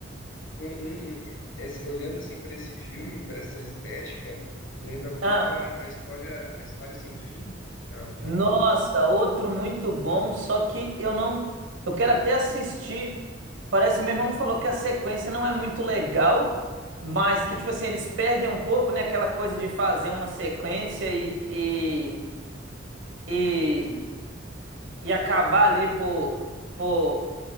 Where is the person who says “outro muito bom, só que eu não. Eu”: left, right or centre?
Right